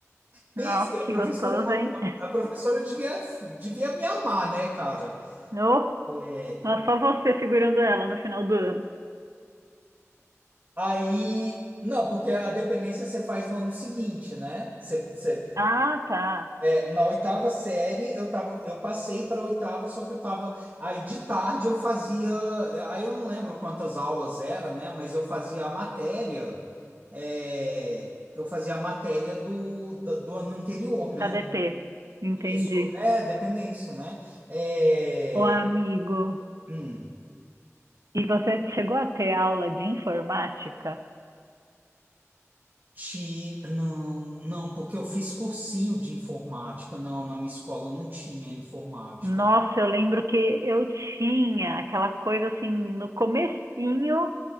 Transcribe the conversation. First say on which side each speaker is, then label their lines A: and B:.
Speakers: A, on the right (about 40°); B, on the right (about 80°).
A: Pense,
B: Nossa, que
A: a professora,
B: gostoso,
A: a, a-
B: hein?
A: a professora devia, devia me amar, né, cara?
B: Ô,
A: É,
B: é só você segurando ela no final do ano.
A: Aí, não, porque a dependência você faz no ano seguinte, né? Você, você-
B: Ah, tá.
A: é, na oitava série eu tava, eu passei para oitava, só que eu tava aí de tarde eu fazia, aí eu não lembro quantas aulas era, né? Mas eu fazia a matéria, é, eu fazia a matéria do, do, do ano anterior, né?
B: ADP. Entendi.
A: Isso, é dependência, né? É,
B: Ô, amigo,
A: hum.
B: e você chegou a ter aula de informática?
A: Ti, não, não, porque eu fiz cursinho de informática. Não, na minha escola não tinha informática.
B: Nossa, eu lembro que eu tinha aquela coisa assim no comecinho